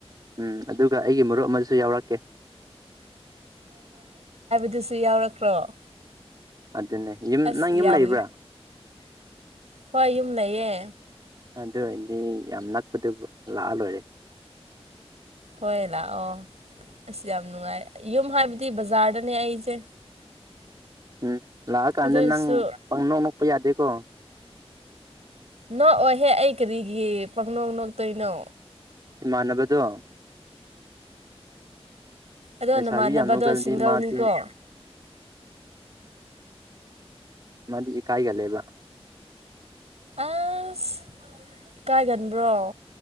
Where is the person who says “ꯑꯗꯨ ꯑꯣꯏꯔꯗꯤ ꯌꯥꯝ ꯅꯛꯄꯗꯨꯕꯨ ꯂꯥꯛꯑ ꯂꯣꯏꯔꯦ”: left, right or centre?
Right